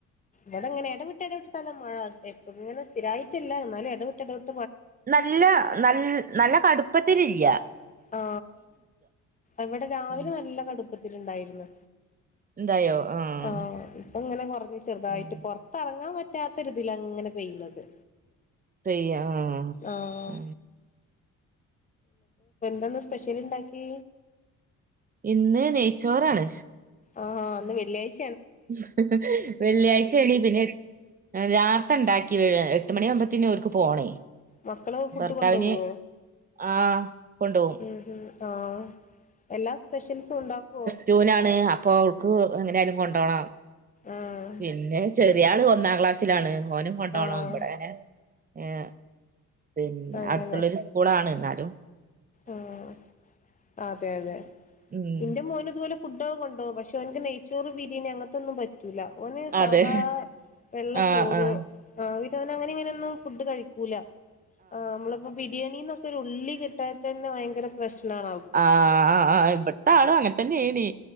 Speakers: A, on the left; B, on the right.
A: വിടെങ്ങനെ എടവിട്ട് എടവിട്ടട്ടല്ലെ മഴ. അങ്ങനെ സ്ഥിരായിട്ടില്ല എന്നാലും എടവിട്ട് എടവിട്ട്.
B: നല്ല നൽ നല്ല കടുപ്പത്തിലില്യ.
A: ആ ഇവിടെ രാവിലെ
B: ആഹ്
A: നല്ല കടുപ്പത്തിലു ണ്ടായിരുന്നു.
B: എന്തായോ ആഹ്
A: ആ ഇപ്പൊ ഇങ്ങനെ കുറഞ്ഞ് ചെറുതായിട്ട്പ്പൊ
B: ആഹ്
A: ത്തെറങ്ങാൻ പറ്റാത്തരിതിലങ്ങനെ പെയ്യണത്.
B: പെയ്യ ആ
A: ആഹ്
B: ആ
A: ന്താന്ന് സ്പെഷ്യല്ണ്ടാക്കി?
B: ഇന്ന് നെയ്ച്ചോറാണ്.
A: ആ ന്ന് വെള്ളിയാഴ്ച
B: ഹ്. ഹ് വെള്ളിയാഴ്ചയാണീ <unintelligible> അഹ് രാസ്ത ണ്ടാക്കി വെ. എട്ട് മണിയാവുമ്പത്തിന് ഓൽക്ക് പോണേ.
A: മക്കളൊക്കെ ഫുഡ്
B: ഭർത്താവിന്
A: കൊണ്ടോവോ?
B: ആഹ് കൊണ്ടോവും
A: ഉം ഉം ആഹ് എല്ലാ സ്പെഷ്യൽസും ഉണ്ടാക്കോ?
B: ജൂനാണ് അപ്പ അവൾക്ക് എങ്ങനായാലും കൊണ്ടോണം.
A: ആഹ്
B: പിന്നെ ചെർ തിയാള് ഒന്നാം ക്ലാസ്സിലാണ് ഓനും കൊണ്ടോണം
A: ആഹ്
B: ബടെ. ഏഹ് പിന്നെ
A: അങ്ങനെ
B: അടുത്തുള്ളരു സ്കൂളാണ് ന്നാലും
A: ആഹ്. അതെ അതെ.
B: ഉം
A: ഇന്റെ മോന് ഇതുപോലെ ഫുഡൊക്കെ കൊണ്ടോവും. പക്ഷേ ഓൻക്ക് നെയ്ച്ചോറ് ബിരിണി അങ്ങനത്തൊന്നും പ റ്റൂല്ല. ഓന് സാദാ
B: അതെ
A: വെള്ളച്ചോറ്
B: ആഹ് ആഹ്
A: ആഹ് പിന്നോന് അങ്ങനിം ഇങ്ങന്യൊന്നും ഫുഡ് കഴിക്കൂല. ആഹ് നമ്മളിപ്പോ ബിരിയാണിന്നൊക്കെ ഒര് ഉള്ളി കിട്ടാൻ തന്നെ ഭയങ്കര പ്രശ്നാണ് അവ
B: ആഹ്. ഇവട്ത്താളും അങ്ങൻത്തന്നേനി.